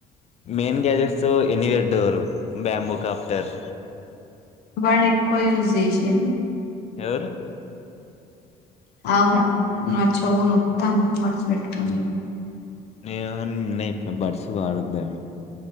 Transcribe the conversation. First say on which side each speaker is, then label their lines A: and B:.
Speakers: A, on the left; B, on the left.
A: మెయిన్ గ్యాజెట్స్ ఎన్ని వెడ్డోరు బ్యాంబుకాప్టర్
B: వాళ్ళ ఎక్కువ యూస్ చేసిది
A: ఎవరు
B: ఆర నాచ్చవు నప్తాంద బర్బట్కంద
A: ఏమో నా బడ్సు వాడొద్దని